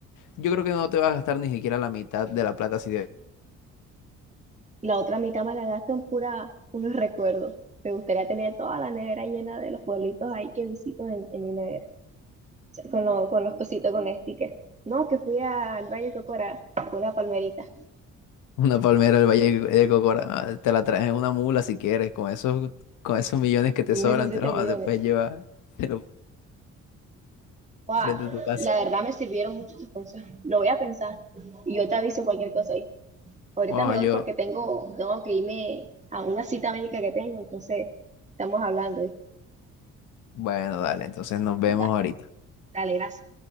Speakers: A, on the left; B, on the right.
A: yo creo que no te vas a gastar ni siquiera la mitad de la plata si de
B: La otra mitad me la gasto en pura unos recuerdos. Me gustaría tener toda la nevera llena de los pueblitos ahí que visito en en mi nevera. con, lo- con los cositos, con el sticker. No, que fui al Valle Cocora con una palmerita,
A: <laughs> una palmera del Valle de Cocora, ah, te la traes en una mula si quieres, con esos, con esos millones que te
B: me
A: sobran,
B: hizo siete
A: te los
B: millones.
A: te puedes llevar, te lo
B: ¡Guau!
A: frente de tu casa.
B: La verdad me sirvieron mucho tus consejos. Lo voy a pensar y yo te aviso cualquier cosa ahí. Ahorita
A: Bueno,
B: me
A: yo,
B: voy porque tengo, tengo que irme a una cita médica que tengo, entonces estamos hablando. ¿eh?
A: Bueno, dale, entonces nos vemos
B: Dale,
A: ahorita.
B: dale, gracias.